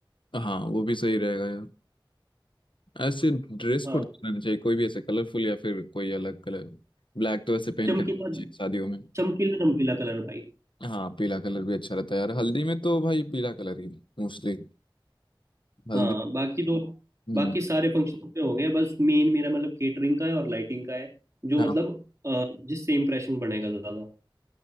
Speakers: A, on the left (about 70°); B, on the right (about 35°).
A: हाँ वो भी सही रहेगा यार ऐसे ड्रेस
B: हाँ
A: कोड रहना चाहिए कोई भी ऐसे कलरफुल या फिर कोई अलग कलर ब्लैक तो ऐसे पहन
B: चमकीला
A: के रखना चाहिए शादियों में
B: चमकीला चमकीला कलर भाई
A: हाँ पीला कलर भी अच्छा रहता है यार हल्दी में तो भाई पीला कलर ही मोस्टली हल्दी
B: हाँ बाकी तो
A: हम्म
B: बाकी सारे फंक्शन पे हो गए बस मेन मेरा मतलब केटरिंग का है और लाइटिंग का है जो
A: हाँ
B: मतलब अ, जिससे इम्प्रेशन बनेगा ज्यादा